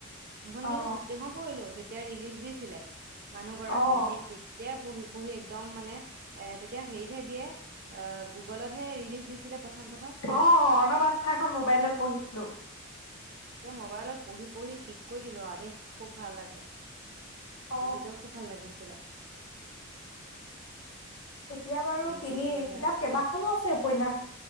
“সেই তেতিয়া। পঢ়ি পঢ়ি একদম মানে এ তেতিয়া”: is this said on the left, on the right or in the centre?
Right